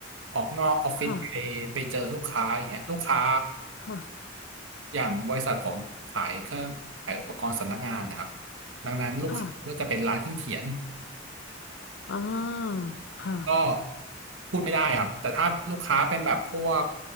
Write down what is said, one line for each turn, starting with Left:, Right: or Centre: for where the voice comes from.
Right: ออกนอกออฟฟิศไปไปเจอลูกค้าอย่างเงี้ยลูกค้า
Left: ค่ะค่ะ
Right: อย่างบริษัทผมขายเครื่องขายอุปกรณ์สำนักงานนะครับดังนั้นลูกค้าก็จะเป็นร้านเครื่องเขียน
Left: ค่ะอ่าค่ะ
Right: ก็พูดไม่ได้ครับแต่ถ้าลูกค้าเป็นแบบพวก